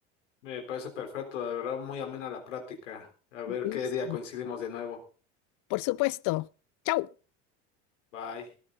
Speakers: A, on the left; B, on the left.
A: me parece perfecto, la verdad, muy amena la práctica. A ver
B: Buenísimo.
A: qué día coincidimos de nuevo.
B: Por supuesto. Chau.
A: Bye.